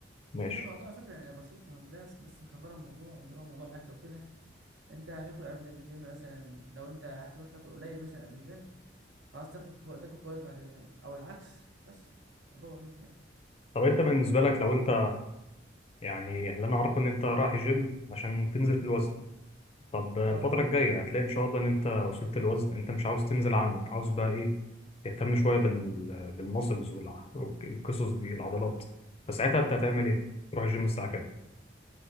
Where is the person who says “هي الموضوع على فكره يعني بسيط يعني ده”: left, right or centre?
Right